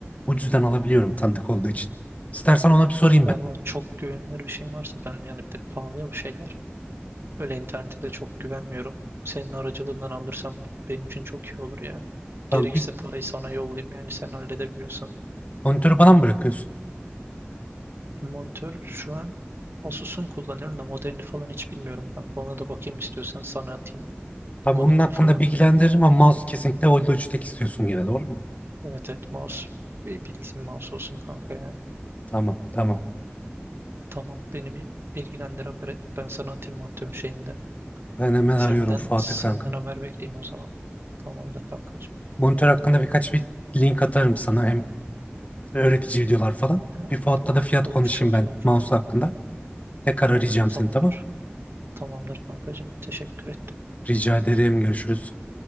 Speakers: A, on the left (about 35°); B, on the right (about 65°).
A: Ucuzdan alabiliyorum tanıdık olduğu için. İstersen ona bir sorayım
B: Valla
A: ben.
B: çok güvenilir bir şey varsa ben yani bir de pahalıya bu şeyler. Öyle internete de çok güvenmiyorum. Senin aracılığından alırsam benim için çok iyi olur ya. Gerekirse
A: Tamam bir
B: parayı sana yollayayım yani sen halledebiliyorsan.
A: monitörü bana mı bırakıyorsun?
B: Monitör şu an Asus'un kullanıyorum da modelini falan hiç bilmiyorum kanka. Ona da bakayım istiyorsan sana atayım
A: Tamam
B: modelini
A: onun hakkında
B: falan.
A: bilgilendiririm ama mouse kesinlikle Volvo 3'tek istiyorsun yine doğru mu?
B: Evet evet mouse. Bir bildiğim mouse olsun kanka ya.
A: Tamam tamam.
B: Tamam beni bir bilgilendir haber et. Ben sana atayım monitörün şeyinde.
A: Ben hemen
B: Senden
A: arıyorum Fuat'ı
B: senden
A: kanka.
B: haber bekleyeyim o zaman. Tamamdır kankacığım.
A: Monitör hakkında birkaç bir link atarım sana. Hem öğretici videolar falan.
B: Evet,
A: Bir Fuat'ta
B: olur
A: da fiyat
B: olur
A: konuşayım
B: çok
A: ben
B: iyi olur.
A: mouse hakkında. Tekrar arayacağım
B: Tamamdır.
A: seni tamam.
B: Tamamdır kankacığım. Teşekkür ettim.
A: Rica ederim. Görüşürüz.